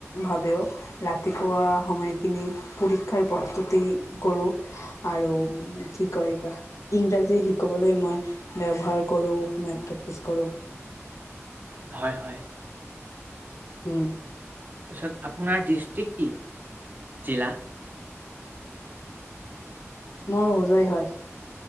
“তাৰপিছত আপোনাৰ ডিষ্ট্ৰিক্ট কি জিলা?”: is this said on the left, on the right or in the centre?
Right